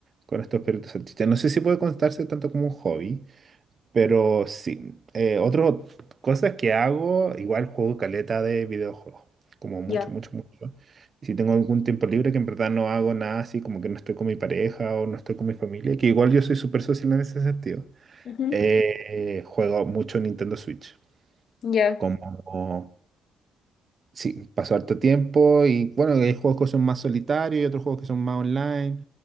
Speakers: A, on the right (about 40°); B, on the left (about 55°).
A: con estos perritos salchichas. No sé si puede contarse tanto como un hobby, pero sí, eh, otras cosas que hago, igual juego caleta de videojuegos, como mucho,
B: Ya.
A: mucho, mucho. Y si tengo algún tiempo libre, que en verdad no hago nada así, como que no estoy con mi pareja o no estoy con mi familia, que igual yo soy súper social en ese sentido,
B: Ujú,
A: eh, juego mucho Nintendo Switch,
B: Ya.
A: como Sí, pasó harto tiempo y bueno, hay juegos que son más solitarios y otros juegos que son más online.